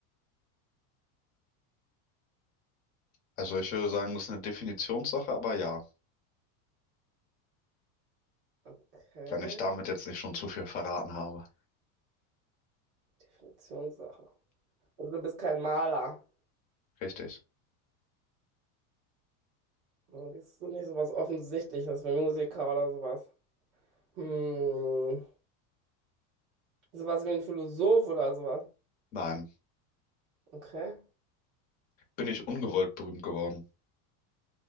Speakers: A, on the left; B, on the right.
A: Also ich würde sagen, das ist eine Definitionssache, aber ja,
B: Okay,
A: wenn ich damit jetzt nicht schon zu viel verraten habe.
B: Definitionssache. Also du bist kein Maler.
A: Richtig.
B: Also bist du nicht sowas Offensichtliches wie Musiker oder sowas. Hm, sowas wie ein Philosoph oder sowas.
A: Nein.
B: Okay.
A: Bin ich ungewollt berühmt geworden?